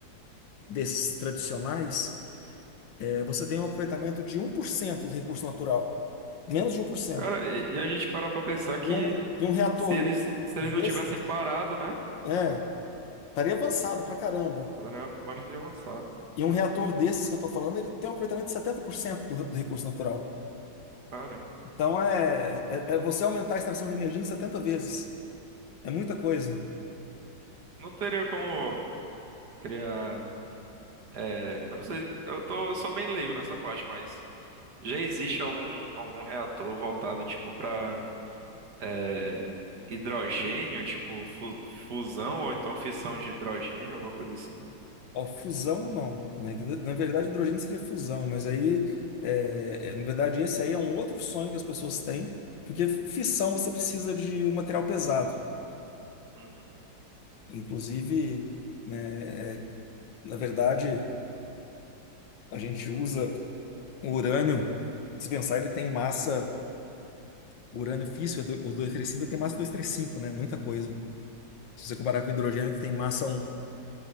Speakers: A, on the left; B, on the right.
A: desses tradicionais, eh, você tem um aproveitamento de um por cento do recurso natural menos de um por cento.
B: Cara, e, e a gente parar pra pensar
A: E
B: que
A: um, e um reator
B: se eles, se
A: desses,
B: eles não tivessem parado, né?
A: é, estaria avançado pra caramba.
B: Caramba, bastante avançado.
A: E um reator desses que eu tô falando, ele tem um aproveitamento de 70% do, re- do recurso natural.
B: Caramba.
A: Então é, é, é você aumentar a extração de energia em 70 vezes. É muita coisa.
B: Não teria como criar. é, eu não sei, eu tô, eu sou bem leigo nessa parte, mas já existe algum, algum reator voltado, tipo, pra é, hidrogênio, tipo, fu- fusão ou então fissão de hidrogênio, alguma coisa assim?
A: Ó, fusão, não. né? Que Na na verdade, hidrogênio seria fusão, mas aí, é, na verdade, esse aí é um outro sonho que as pessoas têm, porque fissão você precisa de um material pesado.
B: Uhum.
A: Inclusive, né, é, na verdade, a gente usa. O urânio, se pensar, ele tem massa. O urânio físsil, é do- o duzentos e trinta e cinco ele tem massa duzentos e trinta e cinco né? Muita coisa. Se você comparar com o hidrogênio, que tem massa um